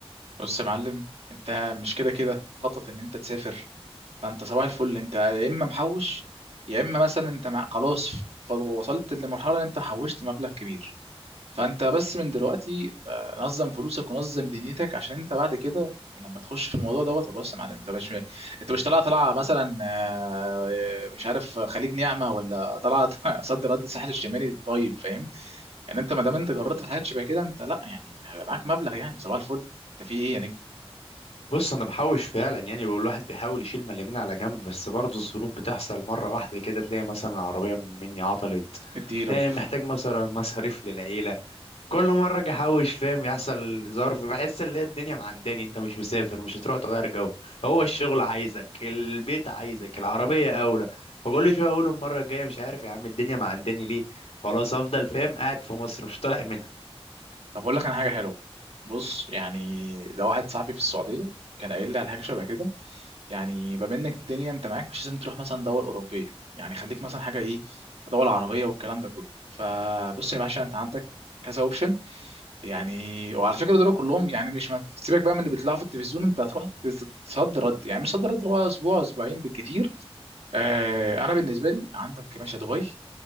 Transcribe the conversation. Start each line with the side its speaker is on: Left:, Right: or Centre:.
Right: بص يا معلم انت مش كده كده مخطط ان انت تسافر فانت صباح الفل انت يا اما محوش يا اما مثلا انت مع... خلاص ف- وصلت لمرحله ان انت حوشت مبلغ كبير فانت بس من دلوقتي آه، نظم فلوسك ونظم دنيتك عشان انت بعد كده لما تخش في الموضوع دوت طب بص يا معلم انت مش انت مش طالع طالعه مثلا آه، مش عارف خليج نعمه ولا طالعه <laughs> صد رد الساحل الشمالي طيب فاهم يعني انت ما دام انت جربت في حاجات شبه كده انت لا يعني هيبقى معاك مبلغ يعني صباح الفل انت في ايه يعني
Left: بص انا بحوش فعلا يعني بقول الواحد بيحاول يشيل من اليمين على جنب بس برضه الظروف بتحصل مره واحده كده تلاقي مثلا العربيه مني عطلت
Right: اديله
Left: إيه محتاج مثلا مصاريف للعيله كل مره اجي احوش فاهم يحصل ظرف بحس ان هي الدنيا معنداني انت مش مسافر مش هتروح تغير جو هو الشغل عايزك البيت عايزك العربيه اولى وكل شويه اقول المره الجايه مش عارف يا عم الدنيا معنداني ليه خلاص افضل فاهم قاعد في مصر مش طالع منها
Right: طب اقول لك انا حاجه حلوه بص يعني ده واحد صاحبي في السعوديه كان قايل لي على حاجه شبه كده يعني بما انك الدنيا انت معاك مش لازم تروح مثلا دول اوروبيه يعني خليك مثلا حاجه ايه دول عربيه والكلام ده كله فبص يا باشا انت عندك كذا اوبشن يعني وعلى فكره دول كلهم يعني مش ما سيبك بقى من اللي بيطلعوا في التلفزيون انت هتروح تس- تصد رد يعني مش صد رد اللي هو اسبوع اسبوعين بالكتير آه انا بالنسبه لي عندك يا باشا دبي